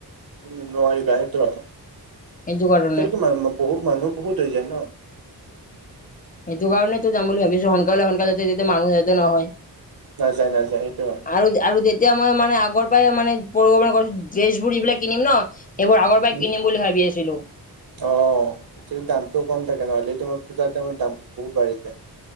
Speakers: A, on the right; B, on the left.
A: উ নোৱাৰিবা সেইটো অ, <unintelligible>
B: সেইটো কাৰণে
A: বহু মানুহ বহুত হ যায় ন।
B: সেইটো কাৰণে তো যাম বুলি ভাবিছো সোনকালে সোনকালে তেতিয়া মানুহ যতে নহয়।
A: নাযায় নাযায় সেইটো হয়।
B: আৰু আৰু তেতিয়া মই মানে আগৰ পাই মানে পৰকপ্লনা কৰিছো ড্ৰেছ বোৰ ইবিলাক কিনিম ন এইবোৰ আগৰ বা
A: উম
B: কিনিম বুলি ভাবি আছিলো।
A: অ যে দামটো কম থাকে নহ'লে তোমাৰ পূজাৰ টাইমত দামটো বহুত বাঢ়ি যায়।